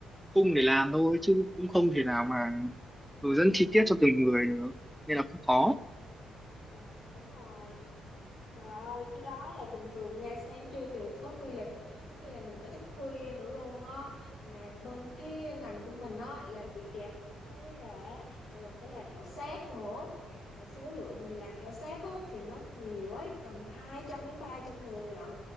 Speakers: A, in the centre; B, on the left (about 75°).
A: khung để làm thôi chứ cũng không thể nào mà hướng dẫn chi tiết cho từng người được nên là cũng khó
B: rồi, đúng rồi trời ơi cái đó là bình thường nha sáng trưa chiều có khi là có khi là mình phải thức khuya nữa luôn á mà bên cái ngành của mình á là bị kẹp cái là là mình phải làm khảo sát nữa mà số lượng mình làm khảo sát á thì nó nhiều ấy tầm 200 đến 300 người lận